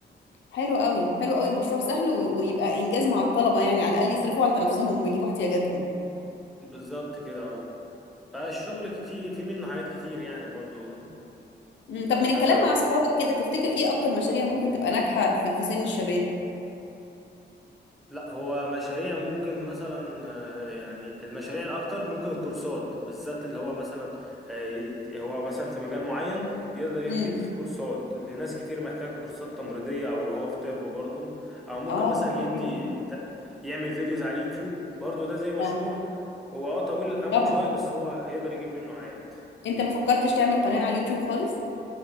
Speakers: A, on the left (about 85°); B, in the centre.
A: حلو قوي حلو قوي مشروع سهل و- ويبقى انجاز مع الطلبة يعني على الاقل يصرفوا على نفسهم ويجيبوا احتياجاتهم
B: بالظبط كده اه فالشغل في في منه حاجات كتير يعني برضو
A: امم طب من الكلام
B: حتى
A: مع اصحابك كده تفتكر ايه اكتر مشاريع ممكن تبقى ناجحة في, في سن الشباب
B: لا هو مشاريع ممكن مثلا آه، يعني المشاريع الاكتر ممكن الكورسات بالذات اللي هو مثلا آه، يت- هو مثلا في مجال معين يقدر ي-
A: امم
B: يدي فيه كورسات لناس كتير محتاجه كورسات تمريضيه او لو هو في طب برضه او ممكن
A: اه
B: مثلا
A: طب حاجة
B: يدي
A: حلوة
B: ت- يعمل فيديوز على اليوتيوب برضه ده زي مشروع
A: اه
B: هو اه طويل الامد
A: طبعا
B: شويه بس هو هيقدر يجيب منه عائد
A: انت ما فكرتش تعمل قناة على اليوتيوب خالص